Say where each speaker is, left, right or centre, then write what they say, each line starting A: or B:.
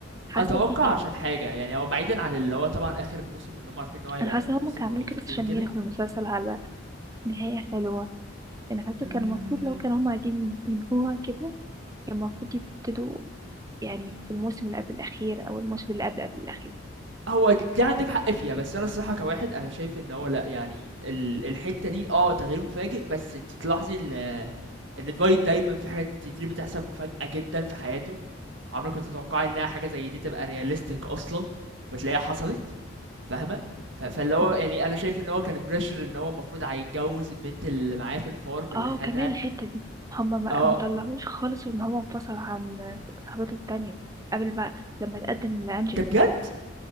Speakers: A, on the right (about 15°); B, on the right (about 65°).
A: حاسة
B: اتوقع
A: دي كانت
B: عشان حاجه يعني هو بعيدا عن اللي هو طبعا اخر موسم ان هم عارفين ان هو هيبقى
A: أنا حاسة
B: اخر موسم
A: إن هما كانوا
B: وكاتبينه
A: عملوا كده بس عشان
B: كده
A: ينهوا المسلسل على نهاية حلوة أنا حاسة
B: امم
A: كان المفروض لو كانوا هما عايزين ينهوها كده كان المفروض يبتدوا يعني في الموسم اللي قبل الأخير أو الموسم اللي قبل قبل الأخير
B: هو دي عندِك حق فيها، بس أنا الصراحة كواحد أنا شايف إن هو لأ، يعني ال الحتّة دي آه، تغيير مفاجئ، بس أنتِ تلاحظي إن إن Dwight دايمًا في حاجات كتير بتحصل مفاجأة جدًا في حياته، عمرِك ما تتوقعي إنها حاجة زي دي تبقى realistic أصلًا، وتلاقيها حصلت، فاهمة؟ ف فاللي هو
A: م.
B: يعني أنا شايف إن هو كان pressure إن هو المفروض هيتجوّز البنت اللي معاه في الfarm اللي
A: اه
B: خدها
A: كمان الحتة دي هما ما
B: آه،
A: ما طلعوش خالص ان هو انفصل عن صاحبته التانية قبل بقى لما تقدم لأنجيلا
B: ده بجد!